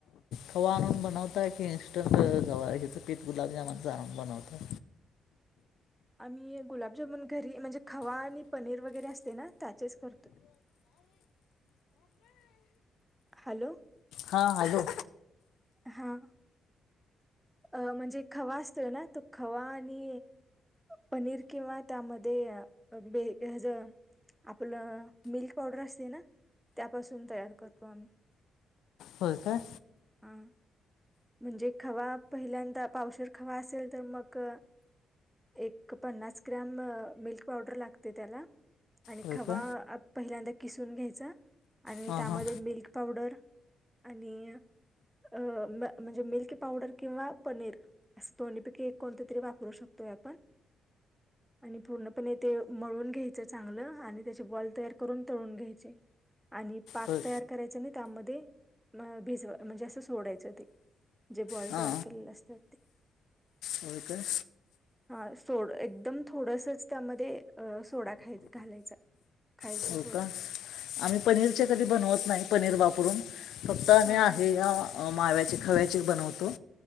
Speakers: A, on the left; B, in the centre.
A: खवा आणून बनवताय, की इंस्टंटवा, हच पि गुलाबजामनचं आमी बनवतोय.
B: आम्ही गुलाबजामन घरी, म्हणजे खवा आणि पनीर वगैरे असतय ना, त्याचेच करतो. हॅलो
A: हा हॅलो.
B: हा अ म्हणजे खवा असतोय ना तो खवा आणि पनीर किंवा त्यामध्ये बेज आपलं मिल्क पावडर असते ना त्यापासून तयार करतो आम्ही
A: हो का.
B: हा म्हणजे खवा पहिल्यांदा पावशीर खवा असेल तर मग एक पन्नास ग्रॅम मिल्क पावडर लागते त्याला आणि
A: होय
B: खवा
A: का
B: पहिल्यांदा किसून घ्यायचा आणि
A: हां
B: त्यामध्ये
A: हां
B: मिल्क पावडर आणि आणि अ म म्हणजे मिल्की पावडर किंवा पनीर. असं दोन्हीपैकी एक कोणते तरी वापरू शकतोय आपण.
A: <inaudible>
B: आणि पूर्णपणे ते मळून घ्यायचं चांगलं आणि त्याचे बॉल तयार करून तळून घ्यायचे. आणि पाक
A: होय
B: तयार करायचं आणि त्यामध्ये भिजवा म्हणजे असं सोडायचं ते. जे बॉल
A: हां
B: तयार केलेले असतात ते.
A: होय काय?
B: हा सोड एकदम थोडसच त्यामध्ये, सोडा खाय घालायचा खायचा
A: हो
B: सो
A: का आम्ही पण कधी बनवत नाही पनीर वापरून, फक्त आम्ही
B: हा
A: आहे
B: हा
A: या माव्याचे खव्याचे बनवत तो